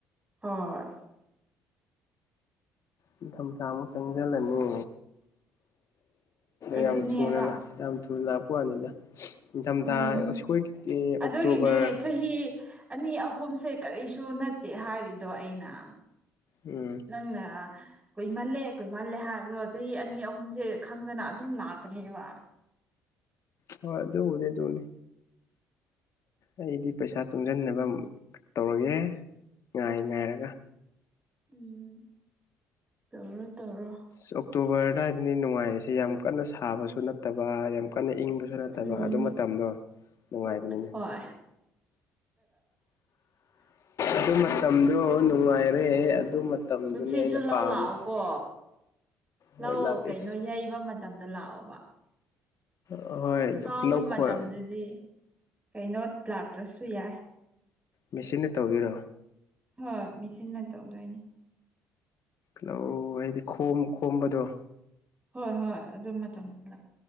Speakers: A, on the right (about 20°); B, on the left (about 55°).
A: ꯍꯣꯏ
B: ꯅꯤꯡꯊꯝ ꯊꯥꯃꯨꯛ ꯆꯪꯁꯤꯜꯂꯅꯤ
A: ꯑꯗꯨꯅꯦꯕ
B: <unintelligible> ꯌꯥꯝ ꯊꯨꯅ ꯂꯥꯛꯄ ꯋꯥꯅꯤꯗ ꯅꯤꯡꯊꯝ
A: ꯎꯝ
B: ꯊꯥ ꯑꯩꯈꯣꯏ
A: ꯑꯗꯨꯒꯤꯅꯦ
B: ꯑꯣꯛꯇꯣꯕꯔ
A: ꯆꯍꯤ ꯑꯅꯤ ꯑꯍꯨꯝꯁꯦ ꯀꯔꯤꯁꯨ ꯅꯠꯇꯦ ꯍꯥꯏꯔꯤꯗꯣ ꯑꯩꯅ
B: ꯎꯝ
A: ꯅꯪꯅ ꯀꯨꯏꯃꯜꯂꯦ ꯀꯨꯏꯃꯜꯂꯦ ꯍꯥꯏꯕꯗꯣ ꯆꯍꯤ ꯑꯅꯤ ꯑꯍꯨꯝꯁꯦ ꯈꯪꯗꯅ ꯑꯗꯨꯝ ꯂꯥꯛꯀꯅꯦꯕ
B: ꯍꯣꯏ ꯑꯗꯨꯕꯨꯗꯤ ꯑꯗꯨꯅꯤ ꯑꯩꯗꯤ ꯄꯩꯁꯥ ꯇꯨꯡꯁꯤꯟꯅꯕ ꯇꯧꯔꯒꯦ ꯉꯥꯏ ꯉꯥꯏꯔꯒ
A: ꯎꯝ ꯇꯧꯔꯣ ꯇꯧꯔꯣ
B: ꯑꯣꯛꯇꯣꯕꯔ ꯑꯗ꯭ꯋꯥꯏꯗꯅꯤ ꯅꯨꯡꯉꯥꯏꯔꯤꯁꯦ ꯌꯥꯝ ꯀꯟꯅ ꯁꯥꯕꯁꯨ ꯅꯠꯇꯕ ꯌꯥꯝ ꯀꯟꯅ ꯏꯪꯕꯁꯨ ꯅꯠꯇꯕ
A: ꯎꯝ
B: ꯑꯗꯨ ꯃꯇꯝꯗꯣ ꯅꯨꯡꯉꯥꯏꯕꯅꯤꯅꯦ
A: ꯍꯣꯏ
B: ꯑꯗꯨ ꯃꯇꯝꯗꯣ ꯅꯨꯡꯉꯥꯏꯔꯦ ꯑꯗꯨ ꯃꯇꯝꯗꯨꯅꯤ
A: ꯀꯨꯝꯁꯤꯁꯨ
B: ꯑꯩꯅ
A: ꯂꯧ
B: ꯄꯥꯝꯃꯤꯁꯦ
A: ꯂꯥꯛꯑꯣꯀꯣ ꯂꯥꯛꯑꯣ
B: ꯍꯣꯏ ꯂꯥꯛꯀꯦꯁ
A: ꯀꯩꯅꯣ ꯌꯩꯕ ꯃꯇꯝꯗ ꯂꯥꯛꯑꯣꯕ
B: ꯍꯣꯏ
A: ꯈꯥꯎꯕ
B: ꯂꯧ ꯈꯣꯏ
A: ꯃꯇꯝꯗꯗꯤ ꯀꯩꯅꯣ ꯂꯥꯛꯇ꯭ꯔꯁꯨ ꯌꯥꯏ
B: ꯃꯦꯆꯤꯟꯅ ꯇꯧꯗꯣꯏꯔꯣ
A: ꯍꯣꯏ ꯃꯦꯆꯤꯟꯅ ꯇꯧꯗꯣꯏꯅꯤ
B: ꯂꯧ ꯍꯥꯏꯗꯤ ꯈꯣꯝ ꯈꯣꯝꯕꯗꯣ
A: ꯍꯣꯏ ꯍꯣꯏ ꯑꯗꯨ ꯃꯇꯝꯗꯨꯗ